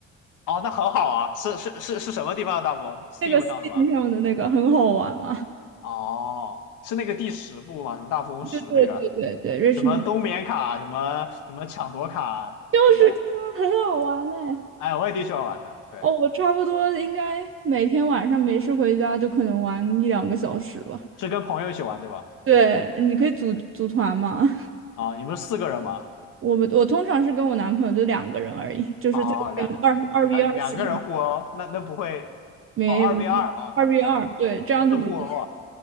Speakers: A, on the left; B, on the right.
A: 哦，那很好啊，是是是是什么地方的大富翁？Steam
B: 那个 Steam
A: 上的吗？
B: 上面的那个很好玩啊。
A: 哦，是那个第十部吗？什么大富翁十那个，
B: 对对对对对，Richmond
A: 什么冬眠卡，什么什么抢夺卡那个，
B: 就是它，很好玩哎、
A: 哎，我也挺喜欢玩的。对，
B: 哦，我差不多应该每天晚上没事回家就可能玩一两个小时吧。
A: 是跟朋友一起玩对吧？
B: 对，你可以组组团嘛。
A: 啊，你们四个人吗？
B: 我们我通常是跟我男朋友就两个人而已，就是在二二
A: 哦，两
B: v
A: 两两个人互殴，
B: 二情况，
A: 那那不会哦，
B: 没
A: 二 v 二哦，
B: 二
A: 那没事儿了，
B: v 二，对，这样就比较，
A: 不是互殴啊。